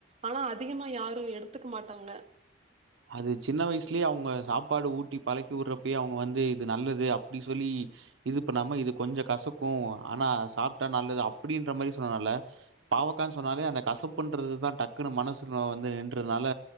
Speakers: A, on the right; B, on the right.
A: ஆனா அதிகமா யாரு எடுத்துக்கு மாட்டாங்க
B: அது சின்ன வயசுலே அவுங்க சாப்பாடு ஊட்டி பழக்கி விடுறப்பயே அவுங்க வந்து இது நல்லது அப்டி சொல்லி இது பண்ணாம இது கொஞ்சோ கசக்கு ஆனா சாப்ட்டா நல்லது அப்டின்ற மாரி சொன்னல்ல பாவக்கானு சொன்னாலே அந்த கசப்புன்றது தா டக்குனு மனசுல வந்து நின்றதுனால